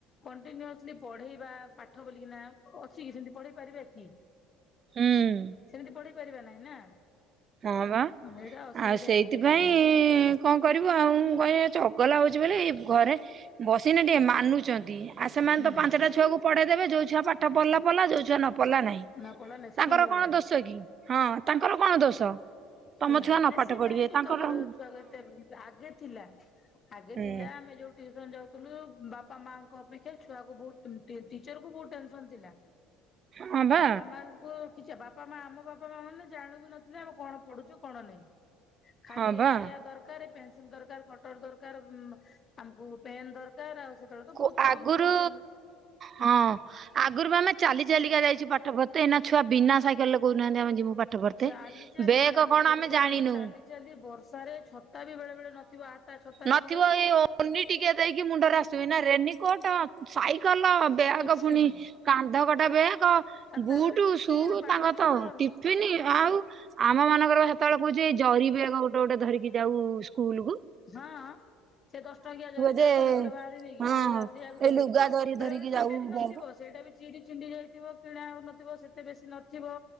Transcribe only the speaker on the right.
ହୁଁ
ହଁ ବା
ଆଉ ସେଇଥିପାଇଁ
କଣ କରିବୁ ଆଉ କହିଁ ଚଗଲା ହଉଛି ବୋଲି ଘରେ ବସିନା ଟିକେ ମାନୁଛନ୍ତି ଆଉ ସେମାନେ
ତ ପାଞ୍ଚଟା ଛୁଆକୁ ପଢେଇ ଦେବେ ଯୋଉ ଛୁଆ ପାଠ ପଲା ପଲା ଯୋଉ ଛୁଆ ନ ପଲା ନାହିଁ
ତାଙ୍କର
କଣ ଦୋଷ କି ହଁ। ତାଙ୍କର କଣ ଦୋଷ? ତମ
ଛୁଆ ନ
ପାଠ
ପଢିବେ
ତାଙ୍କର
ହଁ
ହୁଁ
ହଁ ବା
ହଁ ବା
କୁ
ଆଗରୁ
ହଁ ଆଗରୁ ପା ଆମେ ଚାଲି ଚାଲିକା ଯାଇଚୁ ପା ଠ ପତେ ଏଇନା ଛୁଆ ବିନା ସାଇକଲେ କହୁନାହାନ୍ତି ଆମେ ଯିବୁ ପା ଠ ପଢିତେ
ବେଗ କଣ
ଆମେ ଜାଣିିନୁ
ହଁ।
ନଥିବ
ଏ ଓନି ଟିକେ ଦେଇ କି ମୁଣ୍ଡରେ ଆସିବି ନା ରେନିକୋଟ୍, ସାଇକେଲ, ବ୍ୟାଗ
ଫୁଣି କାନ୍ଧ କଟା ବ୍ୟାଗ୍। କ
ବୁଟ,
ସୁ
ତାଙ୍କ
ତ
ଟିଫନ୍ ଆଉ। ଆମ ମାନଙ୍କର ସେତେବେଳେ କହୁଛି ଏଇ ଜରିିବେଗ ଗୋଟେ ଗୋଟେ ଧରିକି ଯାଉ ସ୍କୁଲକୁ।
ଯେ
ହଁ
ଏଇ
ଲୁଗା
ଧରି
ଧରିକି
ଯାଉ
ବ୍ୟାଗ